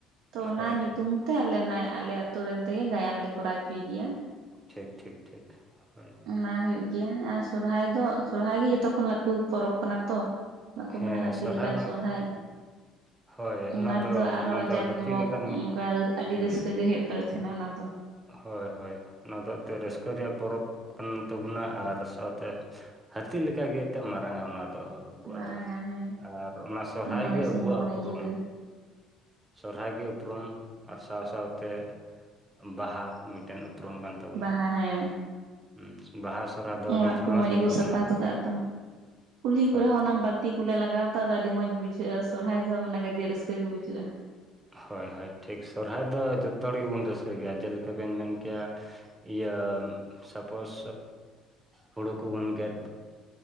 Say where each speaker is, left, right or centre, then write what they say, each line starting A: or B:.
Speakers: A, on the right (about 75°); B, on the right (about 20°).
A: ᱛᱚ ᱚᱱᱟ
B: ᱦᱳᱭ
A: ᱧᱩᱛᱩᱢ ᱛᱟᱦᱚ ᱞᱮᱱᱟ ᱟᱞᱮ ᱟᱹᱛᱳ ᱨᱮᱱ ᱛᱮᱜᱮ ᱜᱟᱭᱟᱱ ᱞᱮ ᱠᱚᱨᱟᱣ ᱚᱪᱚᱭ ᱜᱮᱭᱟ᱾
B: ᱴᱷᱤᱠ ᱴᱷᱤᱠ ᱴᱷᱤᱠ ᱦᱚᱭ᱾
A: ᱚᱱᱟ ᱦᱩᱭᱩᱜ ᱜᱮᱭᱟ ᱟᱨ ᱥᱚᱨᱦᱟᱭ ᱫᱚ ᱥᱚᱨᱦᱟᱭ ᱜᱮ ᱡᱚᱛᱚ ᱠᱷᱚᱱ ᱞᱟᱹᱴᱩ ᱯᱚᱨᱚᱵᱽ ᱠᱟᱱᱟ ᱛᱚ᱾ ᱵᱟᱠᱚ
B: ᱦᱮᱸ
A: ᱢᱮᱱᱟ ᱦᱟᱹᱛᱤ
B: ᱥᱚᱨᱦᱟᱭ
A: ᱞᱮᱠᱟᱱ
B: ᱢᱟ
A: ᱥᱚᱦᱨᱟᱭ᱾
B: ᱦᱳᱭ
A: ᱚᱱᱟ ᱨᱮᱫᱚ
B: ᱫᱚ
A: ᱟᱨᱚ
B: ᱚᱱᱟ ᱫᱚ
A: ᱡᱟᱸᱠ
B: ᱦᱟᱹᱛᱤ
A: ᱡᱚᱢᱚᱠ
B: ᱞᱮᱠᱟᱱ ᱢᱤᱫ
A: ᱚᱱᱠᱟ ᱟᱹᱰᱤ
B: ᱦᱩᱸ
A: ᱨᱟᱹᱥᱠᱟᱹ ᱜᱮ ᱦᱩᱭᱩᱜ ᱛᱟᱞᱮ ᱛᱟᱦᱮᱸᱱᱟ ᱚᱱᱟ ᱫᱚ᱾
B: ᱦᱳᱭ ᱦᱳᱭ ᱚᱱᱟ ᱫᱚ ᱮᱱᱛᱮᱫ ᱨᱟᱹᱥᱠᱟᱹ ᱨᱮᱭᱟᱜ ᱯᱚᱨᱚᱵᱽ ᱠᱟᱱ ᱛᱟᱵᱚᱱᱟ ᱟᱨ ᱥᱟᱶ ᱛᱮ ᱦᱟᱹᱛᱤ ᱞᱮᱠᱟ ᱜᱮ ᱛᱚ ᱢᱟᱨᱟᱝᱼᱟ ᱚᱱᱟ ᱫᱚ᱾ ᱟᱵᱚᱣᱟᱜ
A: ᱢᱟᱨᱟᱝᱟ
B: ᱫᱚ
A: ᱦᱮᱸ
B: ᱟᱨ ᱚᱱᱟ ᱥᱚᱨᱦᱟᱭ
A: ᱢᱚᱬᱮ
B: ᱜᱮ
A: ᱥᱤᱧ
B: ᱟᱵᱚᱣᱟᱜ
A: ᱢᱚᱬᱮ
B: ᱩᱯᱨᱩᱢ᱾
A: ᱧᱤᱫᱟᱹ
B: ᱥᱚᱨᱦᱟᱭ ᱜᱮ ᱩᱯᱨᱩᱢ ᱟᱨ ᱥᱟᱶ ᱥᱟᱶ ᱛᱮ ᱵᱟᱦᱟ ᱢᱤᱫᱴᱮᱱ ᱩᱯᱨᱩᱢ ᱠᱟᱱ ᱛᱟᱵᱚᱱᱟ
A: ᱵᱟᱦᱟ ᱦᱮᱸ
B: ᱦᱩᱸ ᱵᱟᱦᱟ ᱥᱚᱨᱦᱟᱭ ᱫᱚ ᱟᱹᱰᱤ
A: ᱚᱲᱟᱜ
B: ᱯᱷᱮᱢᱟᱥ
A: ᱠᱚ ᱢᱚᱸᱡᱽ ᱜᱮ
B: ᱜᱮᱛᱟ
A: ᱠᱚ ᱥᱟᱯᱷᱟ
B: ᱵᱚᱱᱟ
A: ᱠᱟᱜᱼᱟ ᱛᱚ ᱠᱩᱞᱦᱤ
B: ᱦᱳᱭ
A: ᱠᱚᱨᱮ ᱦᱚᱸ ᱚᱱᱟ ᱵᱟ ᱛᱤ ᱠᱚ ᱞᱮ ᱞᱟᱜᱟᱣᱟ ᱛᱚ ᱟᱫᱚ ᱟᱹᱰᱤ ᱢᱚᱡᱽ ᱵᱩᱡᱷᱟᱹᱜᱼᱟ ᱥᱚᱨᱦᱟᱭ ᱫᱚ ᱢᱟᱱᱮ ᱜᱟᱫᱮᱞ ᱨᱟᱹᱥᱠᱟᱹ ᱜᱮ ᱵᱩᱡᱷᱟᱹᱜᱼᱟ᱾
B: ᱦᱳᱭ ᱦᱳᱭ ᱴᱷᱤᱠ ᱥᱚᱨᱦᱟᱭ ᱫᱚ ᱡᱚᱛᱚ ᱦᱚᱲ ᱜᱮᱵᱚᱱ ᱨᱟᱹᱥᱠᱟᱹ ᱜᱮᱭᱟ ᱡᱮᱞᱮᱠᱷᱟ ᱵᱤᱱ ᱢᱮᱱ ᱠᱮᱭᱟ, ᱤᱭᱟᱹ ᱥᱟᱯᱳᱥ ᱦᱩᱲᱩ ᱠᱚᱵᱚᱱ ᱜᱮᱫ